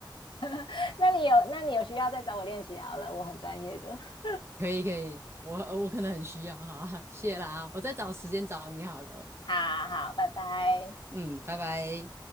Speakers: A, on the left; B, on the right.
A: <laughs> 那你有，那你有需要再找我练习好了，我很专业的。<laughs>
B: 可以可以，我我可能很需要哈，谢啦，我再找时间找你好了，
A: 好好，拜拜。
B: 嗯，拜拜。